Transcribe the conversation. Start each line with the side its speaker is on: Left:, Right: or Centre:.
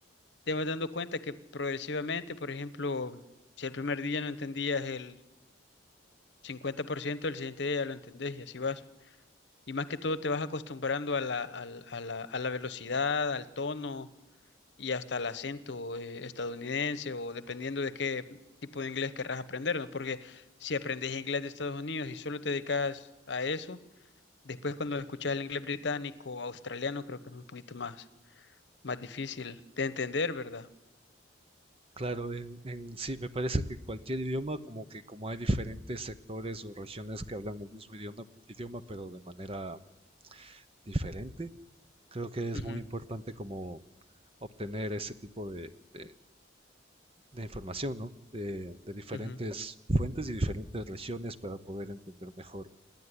Left: te vas dando cuenta que progresivamente, por ejemplo, si el primer día no entendías el 50%, el siguiente día ya lo entendés y así vas. Y más que todo te vas acostumbrando a la, al- a la, a la velocidad, al tono y hasta al acento eh, estadounidense o dependiendo de qué tipo de inglés querrás aprender, ¿no? Porque si aprendes inglés de Estados Unidos y solo te dedicas a eso, después cuando escuchas el inglés británico o australiano creo que es un poquito más, más difícil de entender, ¿verdad?
Right: Claro, en, en sí, me parece que en cualquier idioma, como que como hay diferentes sectores o regiones que hablan el mismo idioma, idioma, pero de manera diferente, creo que es
Left: Ujú,
Right: muy importante como obtener ese tipo de, de- de información, ¿no? De, de diferentes
Left: ujú,
Right: fuentes y diferentes regiones para poder entender mejor